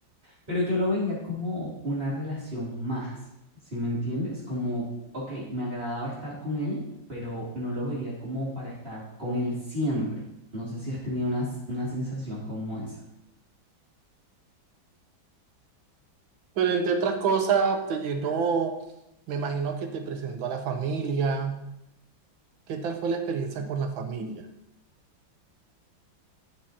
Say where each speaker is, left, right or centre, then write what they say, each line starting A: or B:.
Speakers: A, on the right; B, on the right.
A: Pero yo lo veía como una relación más, ¿sí me entiendes? Como, ok, me agradaba estar con él, pero no lo veía como para estar con él siempre. No sé si has tenido una, una sensación como esa.
B: Pero entre otras cosas, te llenó, me imagino que te presentó a la familia. ¿Qué tal fue la experiencia con la familia?